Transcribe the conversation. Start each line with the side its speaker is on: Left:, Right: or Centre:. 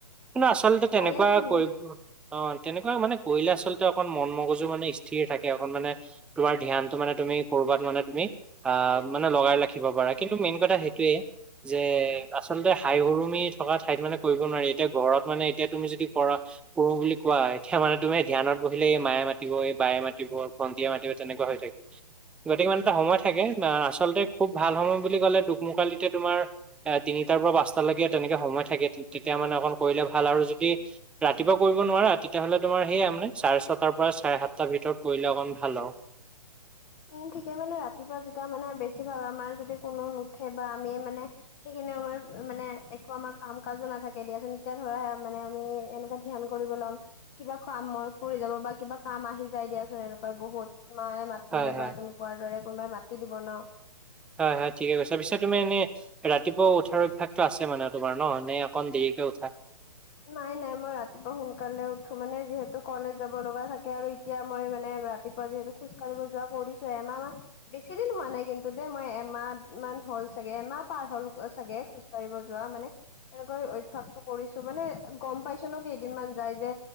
Centre: কিন্তু আচলতে
Left: ভালেচোন
Centre: তেনেকুৱা কৰিব। অ' তেনেকুৱা মানে কৰিলে, আচলতে অকণ মন মগজু মানে স্থিৰ থাকে অকণ মানে। তোমাৰ ধ্যানটো, মানে তুমি কৰবাত মানে তুমি আহ মানে লগাই ৰাখি। শিব পাৰা, কিন্তু মেইন কথা সেইটোয়ে। যে আচলতে হাই হুৰুমি থকা ঠাইত মানে কৰিব নোৱাৰি, এতিয়া ঘৰত মানে এতিয়া তুমি যদি কৰা। কৰো বুলি কোৱা, এতিয়া মানে তুমি ধ্যানত বহিলে এই মায়ে মাতিব, এই বায়ে মাতিব। ভন্টিয়ে মাতিব তেনেকুৱা হৈ থাকে, গতিকে ইনে এটা সময় থাকে আচলতে। খুব ভাল সময় বুলি ক'লে দুক-মোকালিতে তোমাৰ। এ তিনিটাৰ পৰা পাঁচটালৈকে তেনেকে সময় থাকে, তেতিয়া মানে অকণ কৰিলে ভাল আৰু যদি। ৰাতিপুৱা কৰিব নোৱাৰা, তেতিয়াহ'লে তোমাৰ সেয়াই মানে চাৰে ছটাৰ পৰা চাৰে সাতটাৰ ভিতৰত কৰিলে অকন ভাল আৰু।
Left: উম, ঠিকে মানে ৰাতিপুৱা যেতিয়া মানে বেছিভাগ আমাৰ যদি কোনো নুঠে বা আমিয়ে মানে। সেইখিনি সময় মানে একো আমাৰ কাম কাজো নাথাকে দিয়াচোন, এতিয়া ধৰা মানে আমি এনেকুৱা। ধ্যান কৰিব ল'ম। কিবা কাম মনত পৰি যাব বা কিবা কাম আহি যাই দিয়াচোন, এনেকুৱাই বহুত মায়ে মা। দিলে
Centre: হয় হয়
Left: বা তুমি কোৱাৰ দৰে কোনোবাই মাতি দিব ন
Centre: হয় হয় ঠিকে কৈছা, পিছে তুমি এনে ৰাতিপুৱা উঠাৰ অভ্যয়াসতটো আছে মানে তোমাৰ ন, নে অকন দেৰিকে উঠা।
Left: নাই নাই মই ৰাতিপুৱা সোনকালে উঠো, মানে যিহেতু কলেজ যাব লগা থাকে আৰু এতিয়া মই মানে ৰাতিপুৱা যিহেতু খোজকাঢ়িব যোৱা কৰিছো এমাহ মাহ বেছি দিন হোৱা নাই কিন্তু দেই মই এমাহমান হ'ল চাগে, এমাহ পাৰ হ'ল চাগে খোজ যোৱা মানে, এনেকৈ অভ্যাসটো কৰিছো। মানে গম পাইছো ন, কেইদিনমান যাই যে